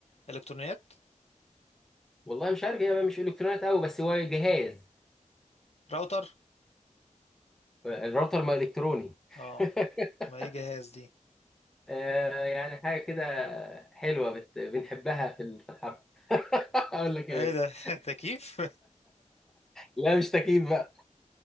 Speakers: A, on the left (about 55°); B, in the centre.
A: إلكترونيات
B: والله مش عارف هي مش الكترونيات قوي بس هو جهاز
A: راوتر
B: الراوتر ما الكتروني
A: اه
B: <laughs>
A: ما ايه جهاز دي
B: آه، يعني حاجه كده حلوه بت... بنحبها في ال- في الحرب <laughs> اقول لك ايه
A: ايه
B: بس
A: ده <laughs> تكييف
B: لا مش تكييف بقى